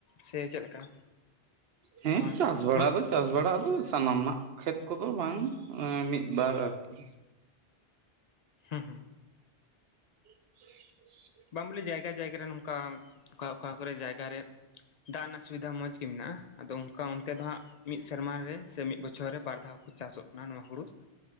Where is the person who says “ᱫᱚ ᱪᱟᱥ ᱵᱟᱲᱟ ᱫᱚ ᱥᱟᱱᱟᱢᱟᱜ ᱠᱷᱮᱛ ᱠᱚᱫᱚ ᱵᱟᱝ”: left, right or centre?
Right